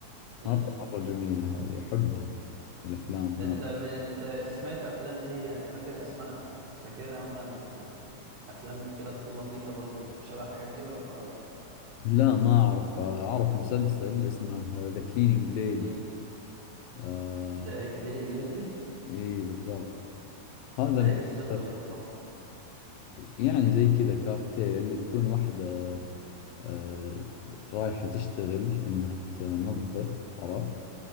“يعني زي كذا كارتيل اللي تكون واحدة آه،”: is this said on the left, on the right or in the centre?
Left